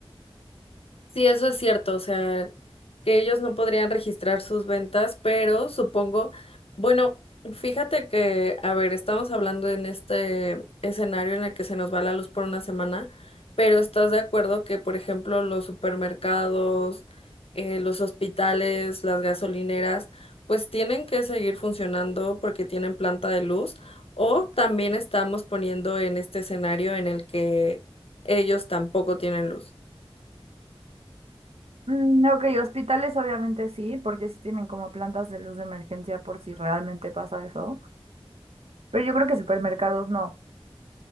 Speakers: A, on the left (about 70°); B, on the right (about 85°).
A: Sí, eso es cierto, o sea, que ellos no podrían registrar sus ventas, pero supongo, bueno, fíjate que, a ver, estamos hablando en este escenario en el que se nos va la luz por una semana, pero ¿estás de acuerdo que, por ejemplo, los supermercados, eh, los hospitales, las gasolineras, pues tienen que seguir funcionando porque tienen planta de luz? O también estamos poniendo en este escenario en el que ellos tampoco tienen luz.
B: Mm, ok, hospitales obviamente sí, porque sí tienen como plantas de luz de emergencia por si realmente pasa eso. Pero yo creo que supermercados no.